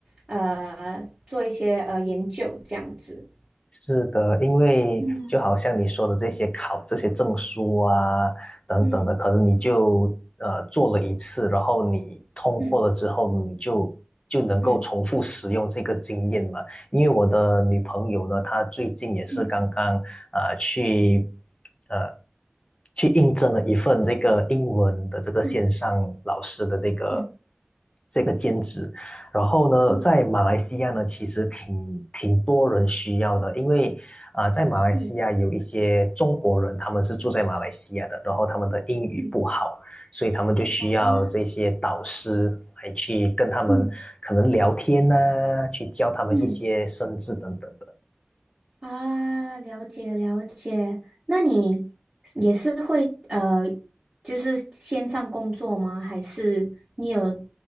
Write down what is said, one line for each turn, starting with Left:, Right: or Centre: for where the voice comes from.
Right: 呃做一些呃研究这样子，
Left: 是的，因为就好像你说的这些考这些证书啊等等的，
Right: 嗯嗯
Left: 可能你就呃做了一次，然后你通过了之后，
Right: 嗯
Left: 你就就能够重复使用这个经验嘛。
Right: 嗯
Left: 因为我的女朋友呢，她最近也是刚刚啊、
Right: 嗯
Left: 呃去呃去应征了一份这个英文的这个线上老师的这个
Right: 嗯嗯
Left: 这个兼职，然后呢，
Right: 嗯嗯
Left: 在马来西亚呢，其实挺挺多人需要的，因为啊、呃在马来西亚有一些中国人，
Right: 嗯，
Left: 他们是住在马来西亚的，然后他们的英语不好，
Right: 嗯
Left: 所以他们就需要这些导师来去跟他们可能聊天呐、
Right: 好啊嗯
Left: 去教他们一些生字等等的。
Right: 嗯。啊，了解了解。那你也是会呃，就是线上工作吗？还是你有